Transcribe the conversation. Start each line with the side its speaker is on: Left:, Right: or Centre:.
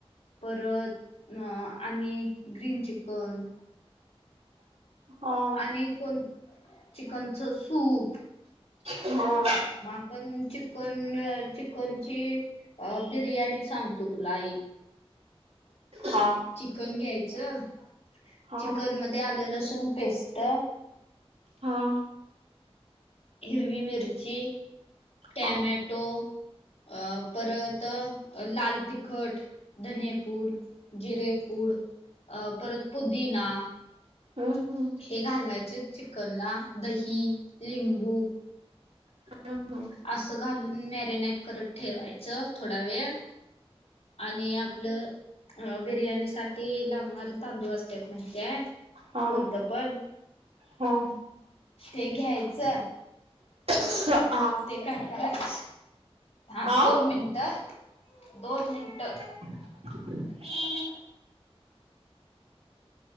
Left: परत आणि ग्रीन चिकन
Right: हा
Left: आणि कोण चिकनचं सूप
Right: हम्म
Left: मग आपण चिकन चिकनची अ बिर्याणी सांगतो तुला ऐक.
Right: हा
Left: चिकन घ्यायचं
Right: हा हा
Left: चिकन मध्ये आले लसून पेस्ट
Right: हा
Left: हिरवी मिरची टॉमेटो
Right: हा
Left: अ परत लाल तिखट धनेपूड जिरेपूड अ परत पुदीना
Right: हम् हम्
Left: हे घालायचं चिकन ला दही लिंबू
Right: ह ह
Left: असं घालून मॅरिनेट करत ठेवायचं थोडा वेळ आणि आपलं बिर्याणी साठी लागणार तांदूळ असत्यात माहितय
Right: हा
Left: कोणतं पण
Right: हा
Left: ते घ्यायचं.
Right: <inaudible>
Left: ते काय कराच ह
Right: आ
Left: दोन मिनिटं दोन मिनटं
Right: <inaudible>